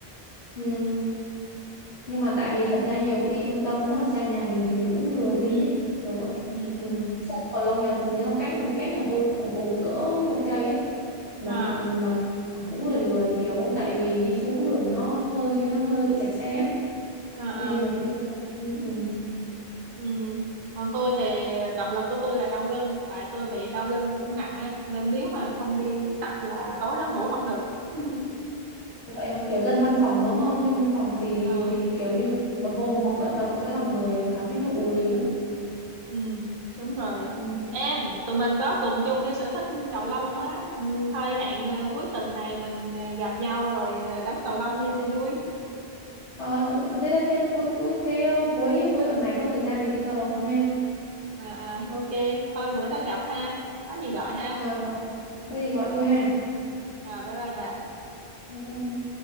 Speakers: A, on the left; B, on the right.
A: ừ, nhưng mà tại vì thật ra nhiều khi trung tâm nó mà xa nhà mình thì mình cũng lười đi
B: ừ
A: ấy kiểu vậy
B: ừ ừ.
A: ừ. Sao còn lâu nhật nó cách cách nhà tôi khoảng cùng cỡ một cây ấy mà
B: à
A: mà cũng lười lười kiểu tại vì đi xuống đường nó hơi nó hơi bị kẹt xe á
B: à à
A: nên nhiều khi ừ.
B: Ừ. Còn tôi thì động lực của tôi là đau lưng tại tôi bị đau lưng cũng nặng á nên nếu mà không đi tập là tối đó ngủ không được <laughs>
A: vậy hả? kiểu dân văn phòng đúng không dân văn phòng thì
B: ừ
A: thì kiểu như một hôm một hôm vận động cái là người cảm thấy nó ù lì lắm
B: ừ đúng rồi
A: ừ.
B: em tụi mình có cùng chung cái sở thích cầu lông á ừ, thôi hẹn ờ, cuối tuần này mình ờ, gặp nhau rồi ờ, đánh cầu lông đi cho vui
A: Ờ, được- ờ, thế đây thế thế cuối cuối thế ờ, cuối cuối tuần này có thời gian thì đi cầu lông ha
B: à, à ok thôi bữa đó gặp ha có gì gọi ha
A: Ờ, có gì gọi tôi ha
B: rồi bye bye bà
A: bye bye